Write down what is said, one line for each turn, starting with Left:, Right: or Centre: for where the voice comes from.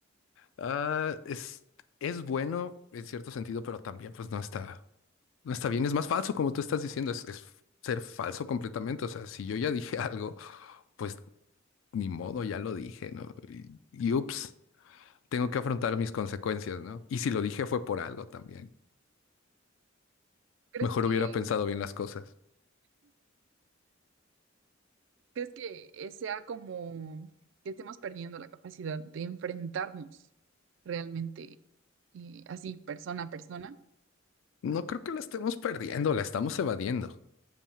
Left: Ah, es, es bueno en cierto sentido, pero también pues no está, no está bien. Es más falso, como tú estás diciendo, es, es ser falso completamente. O sea, si yo ya dije <laughs> algo, pues ni modo, ya lo dije, ¿no? Y, y ups, tengo que afrontar mis consecuencias, ¿no? Y si lo dije fue por algo también.
Right: ¿Crees
Left: Mejor
Right: que,
Left: hubiera pensado bien las cosas.
Right: crees que eh, sea como que estemos perdiendo la capacidad de enfrentarnos realmente eh, así, persona a persona?
Left: No creo que la estemos perdiendo, la estamos evadiendo.